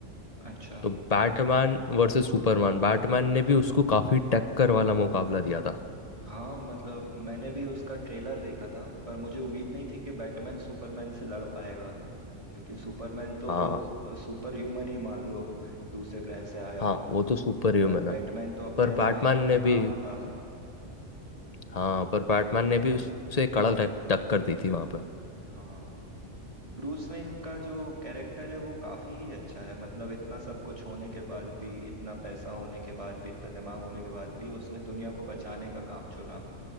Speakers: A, on the right (about 25°); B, on the left (about 35°).
A: अच्छा
B: तो बैटमैन वर्सेस सुपरमैन बैटमैन ने भी उसको काफी टक्कर वाला मुकाबला दिया था
A: हाँ मतलब मैंने भी उसका ट्रेलर देखा था पर मुझे उम्मीद नहीं थी कि बैटमैन सुपरमैन से लड़ पाएगा क्योंकि सुपरमैन तो
B: हाँ
A: सुपर ह्यूमन ही मान लो दूसरे ग्रह से आया हुआ
B: हाँ वो तो सुपर ह्यूमन
A: पर बैटमैन
B: है
A: तो अपने
B: पर
A: ऐसा
B: बैटमैन
A: आम,
B: ने
A: आम
B: भी
A: था
B: हाँ पर बैटमैन ने भी उससे कड़ा टक- टक्कर दी थी वहां पर
A: हाँ ब्रूस वेन का जो कैरेक्टर है वो काफी ही अच्छा है मतलब इतना सब कुछ होने के बाद भी इतना पैसा होने के बाद भी इतना दिमाग होने के बाद भी उसने दुनिया को बचाने का काम चुना